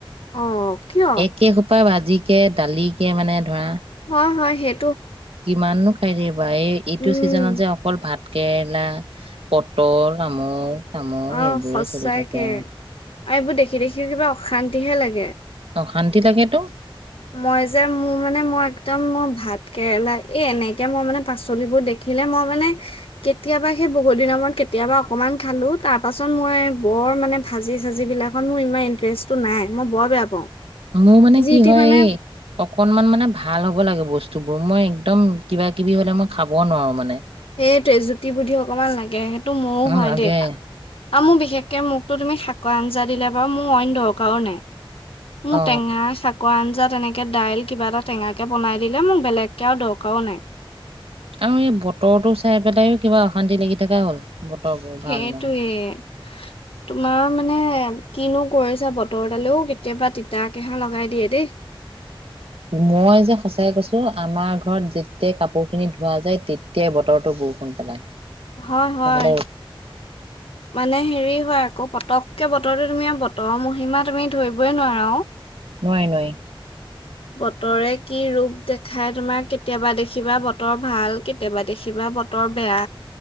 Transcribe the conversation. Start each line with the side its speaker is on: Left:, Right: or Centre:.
Left: অ কিয়
Right: একে তপা ভাজিকে দালিকে মানে। ধৰা
Left: হয় হয় সেই
Right: কিমাননো খাই থাকিবা এই এইটো
Left: উম
Right: চিজনত যে অকল ভাত। কেৰেলা, পটল, আমুক তামুক
Left: অ
Right: এইবোৰে
Left: সঁচাকে
Right: চলি থাকে আৰু।
Left: আৰু এইবোৰ দেখি দেখি কিবা অশান্তিহে লাগে।
Right: অশান্তি লাগেটো।
Left: মই যে, মোৰ মানে মই একদম মই ভাত কেৰেলা এই এনেকে মই মানে পাচলিবোৰ দেখিলে মই মানে কেতিয়াবা সেই বহুত দিনৰ মূৰত কেতিয়াবা অকমান খালো তাৰ পাছত মই বৰ মানে ভাজি চাজি বিলাকত মোৰ ইমান ইন্টাৰেষ্টটো নাই মই বৰ বেয়া পাওঁ।
Right: মোৰ মানে
Left: যি
Right: কি।
Left: টি
Right: হয়
Left: মানে
Right: এই অকনমান মানে ভাল হ'ব লাগিব। বস্তু বোৰ মই একদম কিবা কিবি হ'লে মই খাব নোৱাৰো মানে।
Left: সেইটোৱে জুতি বুদ্ধি অকমান লাগে সেইটো মোৰো
Right: অ
Left: হয়
Right: লাগে
Left: দেই। আৰু মোৰ বিশেষকে মোকতো তুমি শাকৰ আঞ্জা দিলে বাৰু মোৰ অইন দৰকাৰো নাই। মোৰ
Right: অ
Left: টেঙা চা আঞ্জা তেনেকে দাইল কিবা এটা টেঙাকে বনাই দিলে মোক বেলেগকে আৰু দৰকাৰও নাই
Right: আৰু এই বতৰটো চাই পেলাইও কিবা অশান্তি লাগি থকা হ'ল বতৰবোৰ
Left: সেইটোয়েই
Right: ভাল নহয়।
Left: তোমাৰ মানে। কিনো কৰিছে বতৰডালেও কেতিয়াবা তিতা কেহা লগাই দিয়ে দেই।
Right: মই যে সচাই কৈছো আমাৰ ঘৰত যেতিয়াই কাপোৰ খিনি ধোৱা যায় তেতিয়াই বতৰটো বৰষুণ পেলাই।
Left: হয় হয়
Right: নহলে
Left: মানে হেৰি হয় আকৌ পতক। কে বতটো তুমি বতৰ মহিমা তুমি ধৰিবই নোৱাৰা অ।
Right: নোৱাৰি নোৱাৰি।
Left: বতৰে কি ৰোপ দেখায় তোমাৰ কেতিয়াবা দেখিবা বতৰ ভাল কেতিয়াবা দেখিবা বতৰ বেয়া।